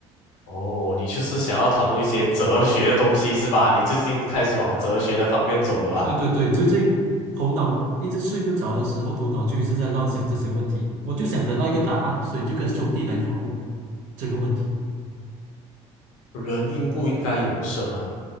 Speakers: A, on the left; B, on the right.
A: 哦，你就是想要讨论一些哲学的东西是吧？你最近开始往哲学的方面走了吧？
B: 对对对，最近头脑一直睡不着的时候，头脑就一直在乱想这些问题，我就想得到一个答案，所以就跟兄弟来讨论这个问题。
A: 人应不应该永生啊？